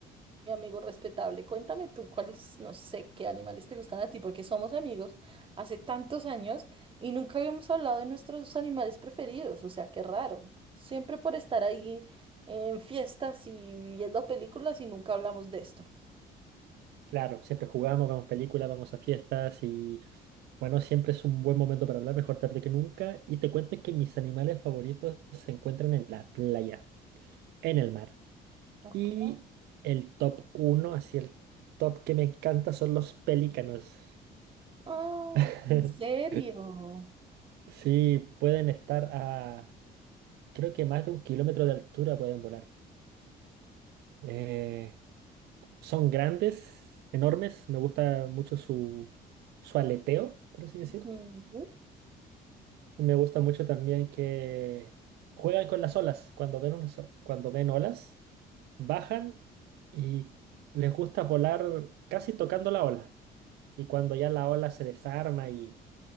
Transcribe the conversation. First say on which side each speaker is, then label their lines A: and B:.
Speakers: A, on the right; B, on the right.
A: Mi amigo respetable, cuéntame tú cuáles, no sé, qué animales te gustan a ti, porque somos amigos hace tantos años y nunca habíamos hablado de nuestros animales preferidos, o sea, qué raro. Siempre por estar ahí en fiestas y viendo películas y nunca hablamos de esto.
B: Claro, siempre jugamos, vamos películas, vamos a fiestas y bueno, siempre es un buen momento para hablar, mejor tarde que nunca. Y te cuento que mis animales favoritos se encuentran en la playa, en el mar.
A: Ok.
B: Y el top uno, así el top que me encanta son los pelícanos.
A: Ah,
B: <laughs>
A: ¿en serio?
B: Sí, pueden estar a, creo que más de un kilómetro de altura pueden volar. Eh, son grandes, enormes, me gusta mucho su, su aleteo, por así decir.
A: Ujú.
B: Me gusta mucho también que juegan con las olas. Cuando ven unas o- cuando ven olas, bajan y les gusta volar casi tocando la ola. Y cuando ya la ola se desarma y,